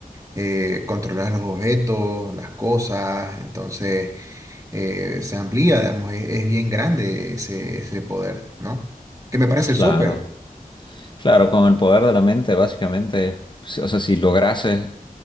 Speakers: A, on the right; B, on the left.
A: eh, controlas los objetos, las cosas, entonces eh, se amplía, digamos, es, es bien grande ese, ese poder, ¿no? Que me parece
B: Claro,
A: súper.
B: claro, con el poder de la mente, básicamente, si- o sea, si lograses,